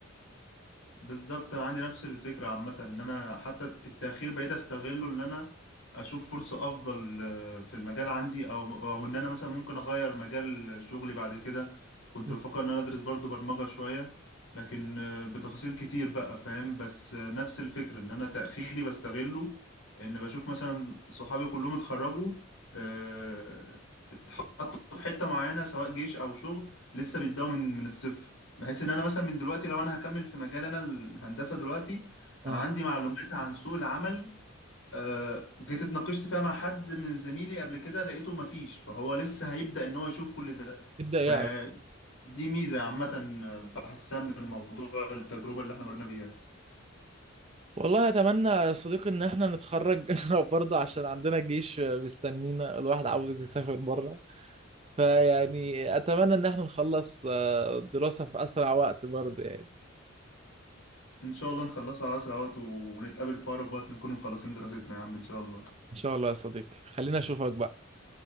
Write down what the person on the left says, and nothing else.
بالظبط انا عندي نفس الفكره عامه ان انا حتى التاخير بقيت استغله ان انا اشوف فرصه افضل آه، في المجال عندي او او ان انا مثلا ممكن اغير مجال شغلي بعد كده كنت
بفكر ان انا ادرس برضو برمجه شويه لكن آه، بتفاصيل كتير بقى فاهم بس آه، نفس الفكره ان انا تاخيري بستغله ان بشوف مثلا صحابي كلهم اتخرجوا آه، حطه في حته معينه سواء جيش او شغل لسه بيبداوا من من الصفر بحيث ان انا مثلا من دلوقتي لو انا هكمل في مجال انا الهندسه دلوقتي
انا عندي معلومات عن سوق العمل آه، جيت اتناقشت فيها مع حد من زميلي قبل كده لقيته مفيش فهو لسه هيبدا ان هو يشوف كل ده
فدي
ميزه عامه بحسها من الموضوع التجربه اللي احنا مرينا بيها
ان شاء الله نخلصه على اسرع وقت ونتقابل في اقرب وقت نكون مخلصين دراستنا يا عم ان شاء الله